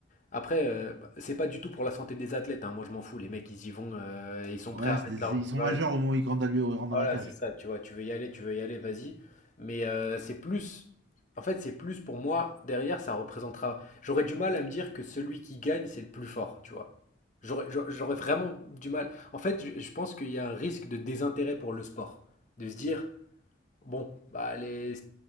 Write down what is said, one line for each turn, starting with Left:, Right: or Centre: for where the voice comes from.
Left: après euh, bah, c'est pas du tout pour la santé des athlètes, hein, moi je m'en fous, les mecs ils y vont, euh, ils sont
Right: Ouais,
Left: prêts à
Right: c'est
Left: mettre
Right: c'est-
Left: leur
Right: ils
Left: vie,
Right: sont
Left: voilà,
Right: majeurs au moment où ils rentrent dans la- ils rentrent dans
Left: Voilà,
Right: la cage.
Left: c'est ça, tu vois, tu veux y aller, tu veux y aller, vas-y. Mais euh, c'est plus, en fait, c'est plus pour moi, derrière, ça représentera. J'aurais du mal à me dire que celui qui gagne, c'est le plus fort, tu vois. J'aurais, j'a- j'aurais vraiment du mal. En fait, je, je pense qu'il y a un risque de désintérêt pour le sport. De se dire, Bon, bah les...